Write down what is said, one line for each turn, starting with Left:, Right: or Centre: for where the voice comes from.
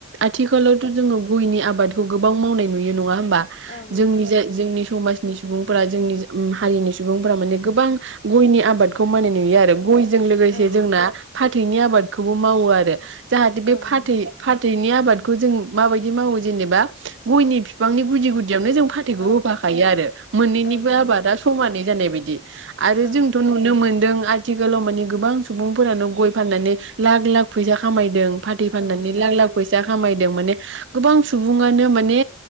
Right: आथिखालावथ जोङो गयनि आबादखौ गोबां मावनाय नुयो नङा होम बा
Left: औ नंगौ
Right: जोंनि जे जोंनि समाज नि सुबुंफोरा जोंनि उम हारिनि सुबुंफोरा माने गोबां गयनि आबादखौ मानाय नुयो आरो। गयजों लोगोसे
Left: औ
Right: जोंना फाथैनि आबादखौबो मावो आरो। जाहाथे
Left: औ
Right: बे फाथै
Left: नंगौ
Right: फाथैनि आबाद जों माबादि मावो जेनेबा गयनि बिफांनि गुुदि गुद दियावनो जों फाथैखौ
Left: औ
Right: होफाखायो आरो मोननैनिबो
Left: औ नंगौ
Right: आबाद खमानै जानाय बायदि। आरो
Left: औ
Right: जोंथ नुनो मोनदों आ आथिखालाव मानि गोबां सुबुंफोरानो गय फाननानै लाख लाख फैसा खामायदों फाथै फाननानै
Left: नंगौ
Right: लाख
Left: नंगौ
Right: लाख फैसा खामाय <unintelligible> माने गोबां सुबङनो माने